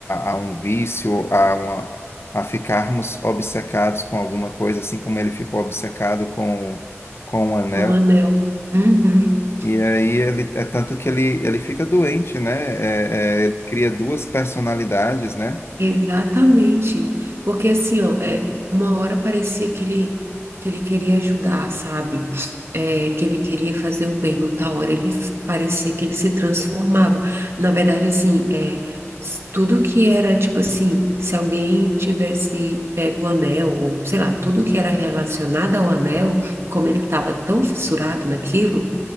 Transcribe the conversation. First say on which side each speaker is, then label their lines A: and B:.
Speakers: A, on the left; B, on the right.
A: a, a um vício, a uma, a ficarmos obcecados com alguma coisa, assim como ele ficou obcecado com com o anel.
B: um anel. Uhum.
A: E aí ele é tanto que ele, ele fica doente, né? É, é, ele cria duas personalidades, né?
B: Exatamente. Porque assim, ó, é, uma hora parecia que ele, que ele queria ajudar, sabe? É, que ele queria fazer o bem, outra hora ele f- parecia que ele se transformava. Na verdade, assim, é, s- tudo que era, tipo assim, se alguém tivesse pego o anel, ou sei lá, tudo que era relacionado ao anel, como ele estava tão fissurado naquilo,